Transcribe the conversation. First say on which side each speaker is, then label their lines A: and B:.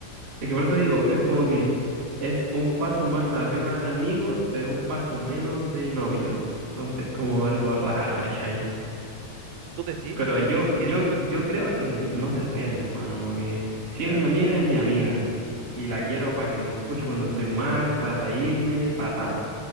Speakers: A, on the right; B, on the right.
A: Es que por eso digo, es como que es un paso más arriba de amigos, pero un paso menos de novios. Entonces, como algo raro, ¿cachai?
B: tú decís,
A: Pero
B: pero
A: yo,
B: es que, es que
A: yo,
B: siento,
A: yo creo que no se puede, hermano. Como que si es
B: ya.
A: mi amiga, es mi amiga. Y la quiero para que me escuche cuando estoy mal, para reírme, para tal.